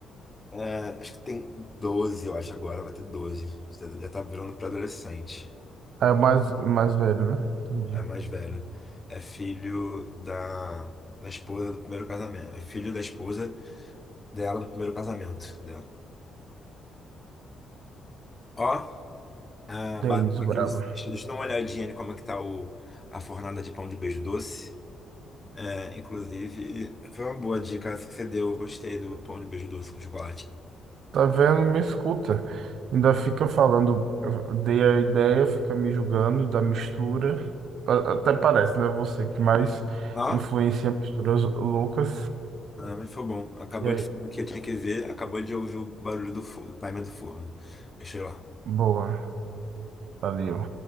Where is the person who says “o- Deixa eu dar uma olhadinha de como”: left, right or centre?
Left